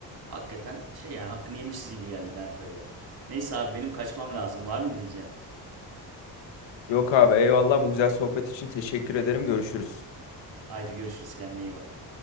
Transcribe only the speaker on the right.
Hakikaten şey yani hakkını yemişiz gibi geldi Ben Ferio'ya. Neyse abi benim kaçmam lazım. Var mı bir diyeceğin?
Haydi görüşürüz kendine iyi bak.